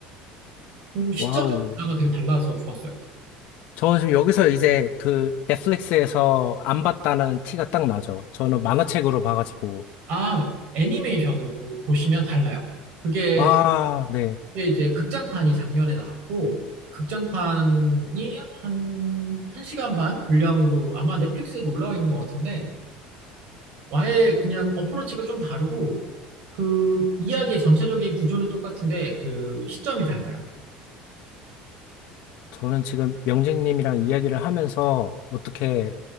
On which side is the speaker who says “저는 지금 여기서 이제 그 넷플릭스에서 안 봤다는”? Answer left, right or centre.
Left